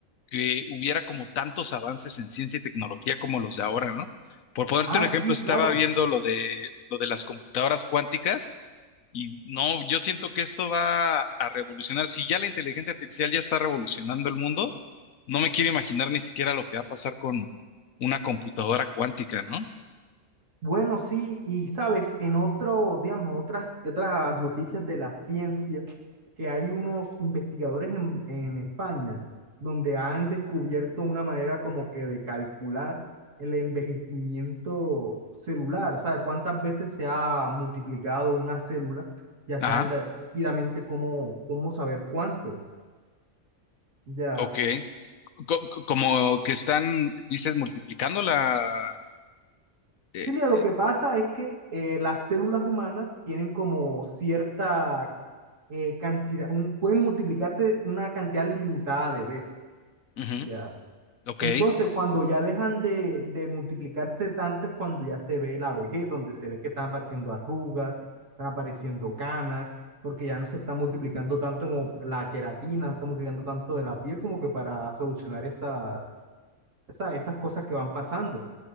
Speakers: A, on the left; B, on the right.
A: que hubiera como tantos avances en ciencia y tecnología como los de ahora, ¿no? Por ponerte
B: Ah,
A: un
B: sí,
A: ejemplo, estaba
B: claro.
A: viendo lo de, lo de las computadoras cuánticas. Y no, yo siento que esto va a revolucionar. Si ya la inteligencia artificial ya está revolucionando el mundo, no me quiero imaginar ni siquiera lo que va a pasar con una computadora cuántica, ¿no?
B: Bueno, sí, y sabes, en otros, digamos, otras, otras noticias de la ciencia, que hay unos investigadores en, en España donde han descubierto una manera como que de calcular el envejecimiento celular, o sea, cuántas veces se ha multiplicado una célula, ya
A: Ajá,
B: saben da- rápidamente cómo, cómo saber cuánto, ya.
A: ok. Co- co- como que están, dices, multiplicando la... eh,
B: Sí, mira, lo que pasa es que eh, las células humanas tienen como cierta eh, cantidad, un- pueden multiplicarse una cantidad limitada de veces,
A: ujú,
B: ¿ya?
A: ok.
B: Entonces, cuando ya dejan de, de multiplicarse tanto es cuando ya se ve la vejez, donde se ve que están apareciendo arrugas, están apareciendo canas, porque ya no se está multiplicando tanto como la queratina, no se está multiplicando tanto de la piel como que para solucionar esas, esas, esas cosas que van pasando.